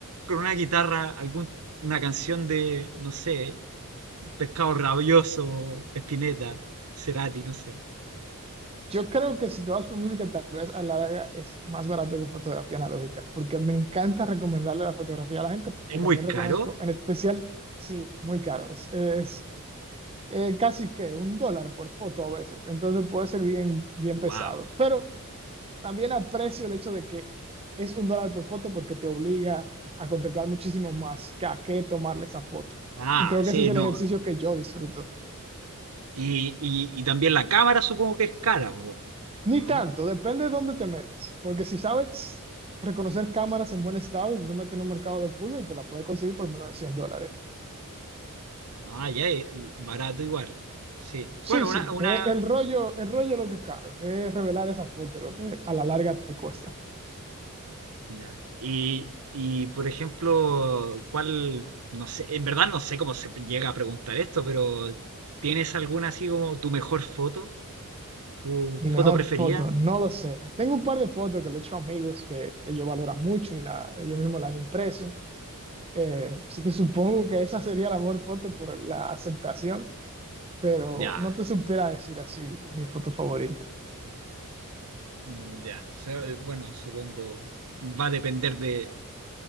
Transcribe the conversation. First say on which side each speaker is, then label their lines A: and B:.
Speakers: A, on the right; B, on the right.
A: con una guitarra algún, una canción de, no sé, Pescado Rabioso, Spinetta, Cerati, no sé.
B: Yo creo que si te vas por música, tal vez a la larga es más barato que fotografía analógica, porque me encanta recomendarle la fotografía a la gente, pero
A: ¿Es muy
B: también reconozco,
A: caro?
B: en especial, sí, muy caro. Es, es eh, casi que un dólar por foto a veces, entonces puede ser bien, bien
A: Wow.
B: pesado. Pero también aprecio el hecho de que es un dólar por foto porque te obliga a contemplar muchísimo más que a qué tomarle esa foto.
A: Ah,
B: Y creo
A: sí,
B: que ese es el
A: no.
B: ejercicio que yo disfruto.
A: Y, y, y también la cámara supongo que es cara, ¿o no?
B: Ni
A: ¿O no?
B: tanto, depende de dónde te metas. Porque si sabes reconocer cámaras en buen estado, tú te metes en un mercado de pulga y te la puedes conseguir por menos de 100 dólares.
A: Ah, ya, eh, barato igual. Sí.
B: Sí,
A: Bueno,
B: sí,
A: una, una,
B: eh, el rollo, el rollo es lo que es caro, es revelar esa foto, lo que a la larga te cuesta.
A: Ya. Y, y, por ejemplo, ¿cuál, no sé, en verdad no sé cómo se llega a preguntar esto, pero ¿tienes alguna así como tu mejor foto? ¿Tu
B: Mi mejor
A: foto preferida?
B: foto, no lo sé. Tengo un par de fotos que le he hecho a amigos que ellos valoran mucho y la, ellos mismos la han impreso. Eh, así que supongo que esa sería la mejor foto por la aceptación, pero
A: Ya,
B: no te supiera decir así mi foto favorita.
A: mm, ya. So- eh, Bueno, supongo, va a depender de